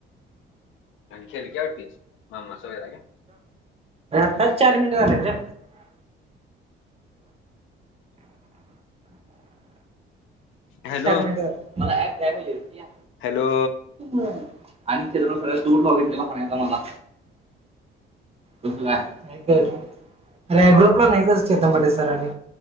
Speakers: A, on the left; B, on the right.
A: आणि खेल कवटतीच मामा सगैरा क
B: ह चार मिनट झालेत रे
A: हॅलो
B: चार मिनिट झा मला कायहिल
A: हॅलो
B: <unintelligible> आणि छ्रप्र स दूर लॉगिंग केला पणा यचा मला तस काय अे ग्रुपला नाहीच चेतानबाट सर